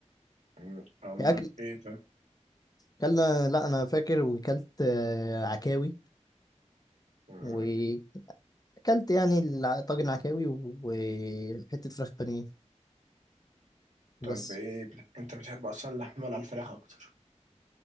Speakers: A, on the right (about 85°); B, on the left (about 30°).
A: مم، أمال
B: هي أكل
A: إيه ده؟
B: أكلنا لا أنا فاكر وكلت آه، عكاوي
A: مم،
B: وأكلت يعني الع- طاجن عكاوي و- وحتة فراخ بانيه بس
A: طب إيه بت... أنت بتحب أصلا اللحمة ولا الفراخ أكتر؟